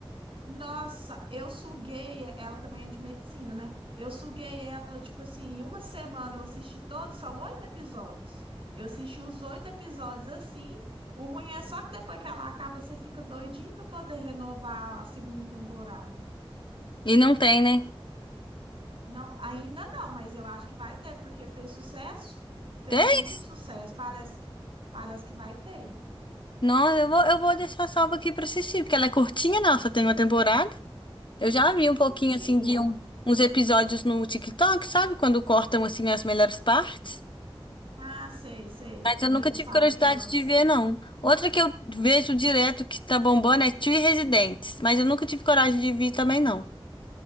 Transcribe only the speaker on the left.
E não tem, né?
Tem?
Não, eu vou, eu vou deixar salva aqui pra assistir, porque ela é curtinha, não, só tem uma temporada. Eu já vi
um pouquinho
assim de um- uns episódios no TikTok, sabe? Quando cortam assim as melhores partes.
Mas
eu nunca
tive
curiosidade
de ver, não. Outra que eu vejo direto que tá bombando é Three Residentes, mas eu nunca tive coragem de ver também, não.